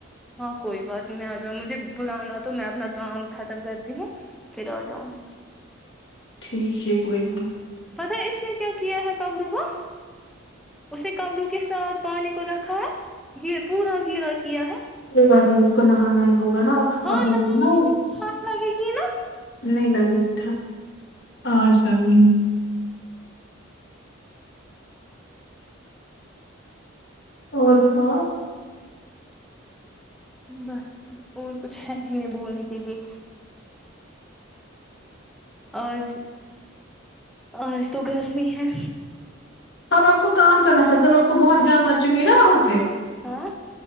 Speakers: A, in the centre; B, on the left.
A: ہاں کوئی بات نہیں میں آ جاؤں مجھے بلانا تو میں اپنا کام ختم کرتی ہوں پھر آ جاؤں گی
B: ٹھیک ہے کوئی ب
A: پتا اس نے کیا کیا ہے قبرو کو اس نے قبرو کے ساتھ پانی کو رکھا ہے گ پورا گیلا کیا ہے
B: وہ ب اس کو نہانا ہی ہوگا <unintelligible>
A: ہاں
B: آپ نے
A: نہاں
B: بولنا
A: نہیں لیک تھھانڈ لگے گی نا
B: نہیں لازے د تھاا آج کرل بھی ہوں ہو تو
A: بس اور کچھ ہے ہی نہیں بولنے کے لیے آج آج تو گرمی ہے
B: ہمب آپ کو کام سے نشرب آپ کو بہت گنم مچی ہوئی نا وہاں سے
A: ہاں